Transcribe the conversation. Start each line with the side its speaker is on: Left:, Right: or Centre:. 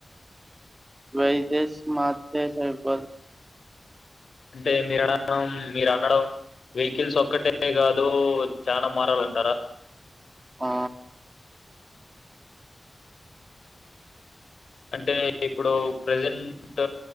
Right: వైదస్ మాధ సైప
Left: అంటే మీర మీరు అనడం వెహికల్స్ ఒక్కటే కా అదు చానా మారాలంటారా
Right: ఆ
Left: అంటే ఇప్పుడు ప్రజెంట్